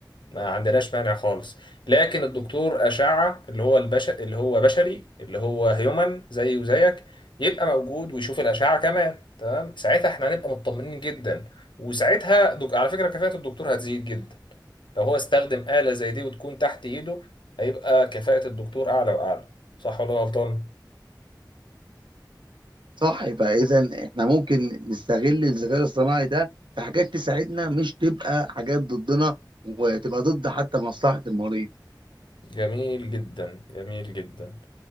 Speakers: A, on the left; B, on the right.
A: ما عندناش مانع خالص لكن الدكتور أشعة اللي هو البش اللي هو بشري اللي هو هيومن زي وزيك يبقى موجود ويشوف الأشعة كمان تمام ساعتها احنا هنبقى مطمنين جدا وساعتها دك... على فكرة كفاءة الدكتور هتزيد جدا لو هو استخدم آلة زي دي وتكون تحت إيده هيبقى كفاءة الدكتور أعلى وأعلى صح ولا أنا غلطان؟
B: صح يبقى اذا احنا ممكن نستغل الذكاء الاصطناعي ده في حاجات تساعدنا مش تبقى حاجات ضدنا وتبقى ضد حتى مصلحة المريض
A: جميل جدا جميل جدا